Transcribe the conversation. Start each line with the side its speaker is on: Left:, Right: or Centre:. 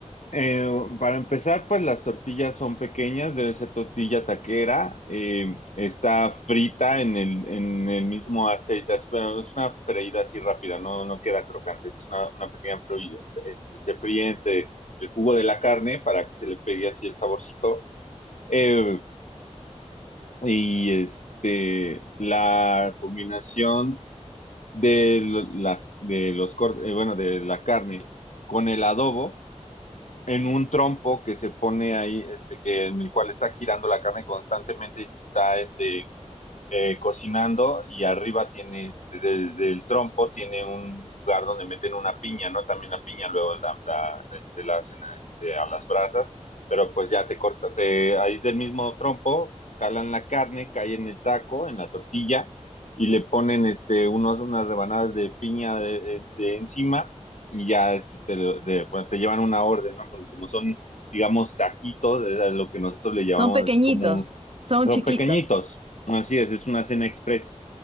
Left: Eh, para empezar, pues las tortillas son pequeñas, debe ser tortilla taquera. eh, está frita en el, en el mismo aceite, es- pero es una freída así rápida, no, no queda crocante, es una, una pequeña freída. Este, se fríe entre el jugo de la carne para que se le pegue así el saborcito. eh, y este, la combinación de lo- las, de los cortes, bueno, de la carne con el adobo en un trompo que se pone ahí, este, que en el cual está girando la carne constantemente y se está este, eh, cocinando y arriba tiene, este, del, del trompo tiene un lugar donde meten una piña, ¿no? También la piña luego la, la, este, la hacen a, este, a las brasas, pero pues ya te corta, te, ahí del mismo trompo jalan la carne, cae en el taco, en la tortilla y le ponen este, unos, unas rebanadas de piña de, de, de encima y ya este, te, lo- de, bueno, te llevan una orden, ¿no? Porque como son digamos, taquitos, es a lo que nosotros le llamamos
Right: Son pequeñitos,
Left: así como
Right: son
Left: son
Right: chiquitos.
Left: pequeñitos, así es, es una cena express,